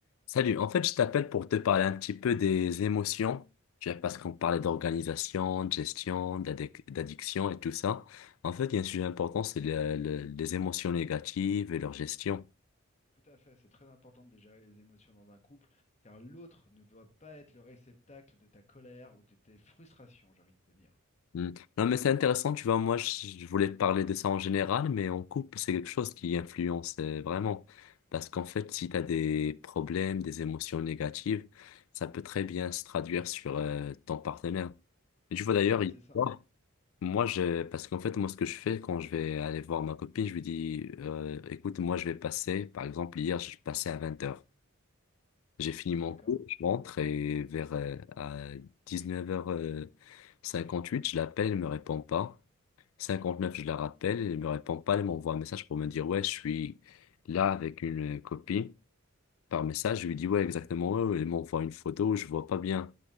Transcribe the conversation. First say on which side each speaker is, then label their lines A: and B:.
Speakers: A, on the left; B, on the left.
A: Salut, en fait, je t'appelle pour te parler un petit peu des émotions, tu vois, parce qu'on parlait d'organisation, de gestion, d'addic- d'addiction et tout ça. En fait, il y a un sujet important, c'est le- le- les émotions négatives et leur gestion.
B: Tout à fait, c'est très important de gérer les émotions dans un couple, car l'autre ne doit pas être le réceptacle de ta colère ou de tes frustrations, j'ai envie de te dire.
A: Hmm. Non, mais c'est intéressant, tu vois, moi, je je voulais parler de ça en général, mais en couple, c'est quelque chose qui influence euh, vraiment. Parce qu'en fait, si tu as des problèmes, des émotions négatives, ça peut très bien se traduire sur euh, ton partenaire. Et tu vois d'ailleurs,
B: Non, c'est
A: il-
B: ça, hein.
A: Moi, je, parce qu'en fait, moi, ce que je fais quand je vais aller voir ma copine, je lui dis, euh, écoute, moi, je vais passer, par exemple, hier, je passais à 20h. J'ai fini mon
B: D'accord?
A: cours, je rentre et vers euh, à 19h58, je l'appelle, elle me répond pas. 59, je la rappelle, elle me répond pas, elle m'envoie un message pour me dire, ouais, je suis là avec une copine. Par message, je lui dis, ouais, exactement, ouais, ouais. elle m'envoie une photo, je vois pas bien.